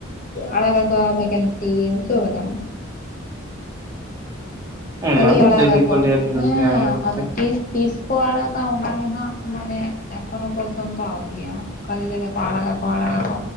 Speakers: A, on the left (about 40°); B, on the right (about 15°).
A: ᱟᱲᱟᱜᱟᱠᱚ ᱵᱷᱮᱠᱮᱱᱥᱤ ᱵᱩᱡᱷᱟᱹᱣ ᱠᱟᱫᱟᱢ᱾
B: ᱚᱱᱟ
A: ᱠᱷᱟᱹᱞᱤ
B: ᱫᱚ
A: ᱟᱲᱟᱜᱟ
B: ᱰᱮᱞᱤ
A: ᱠᱚ
B: ᱞᱟᱹᱭᱟ ᱵᱷᱤᱭᱩᱥ
A: ᱦᱮᱸ
B: ᱧᱟᱢ ᱞᱟᱹᱜᱤᱫ
A: ᱟᱫᱚ
B: ᱛᱮ
A: ᱛᱤᱥ ᱛᱤᱥ ᱠᱚ ᱟᱲᱟᱜᱟ ᱚᱱᱟ ᱜᱮ ᱱᱟᱜ ᱢᱟᱱᱮ ᱮᱠᱷᱳᱱᱳ ᱯᱚᱨᱡᱚᱱᱛᱚ ᱟᱣᱨᱤᱭᱟ᱾ ᱠᱟᱹᱞᱤ ᱞᱟᱹᱭ ᱫᱟᱠᱚ ᱟᱲᱟᱜᱟᱠᱚ ᱟᱲᱟᱜᱟᱠᱚ᱾